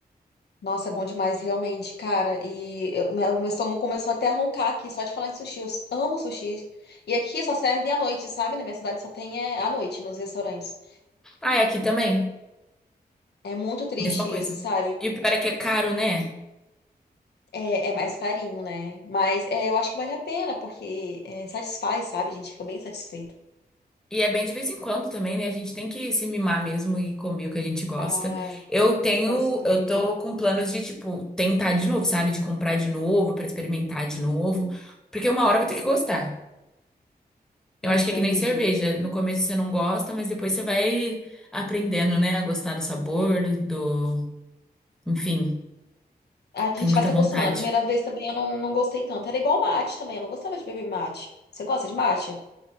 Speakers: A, on the left (about 80°); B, in the centre.
A: Nossa, é bom demais, realmente, cara. E eu- meu meu estômago começou até a roncar aqui, só de falar em sushi. Eu amo sushi. E aqui só serve à noite, sabe? Na minha cidade só tem é, à noite nos restaurantes.
B: Ah, e aqui também,
A: É muito triste
B: mesma coisa.
A: isso, sabe?
B: E o pior é que é caro, né?
A: É, é mais carinho, né? Mas é, eu acho que vale a pena, porque é, satisfaz, sabe? A gente fica bem satisfeito.
B: E é bem de vez em quando também, né? A gente tem que se mimar mesmo e comer o que a gente gosta.
A: Ah,
B: Eu tenho,
A: com certeza.
B: eu tô com planos de, tipo, tentar de novo, sabe? De comprar de novo, pra experimentar de novo. Porque uma hora vai ter que gostar. Eu
A: Entendi.
B: acho que é que nem cerveja. No começo você não gosta, mas depois você vai aprendendo, né? A gostar do sabor, do, do- Enfim,
A: A
B: tem
A: gente
B: muita
A: vai se
B: vontade.
A: acostumando. A primeira vez também eu não, não gostei tanto. Era igual mate também, eu não gostava de beber mate. Você gosta de mate?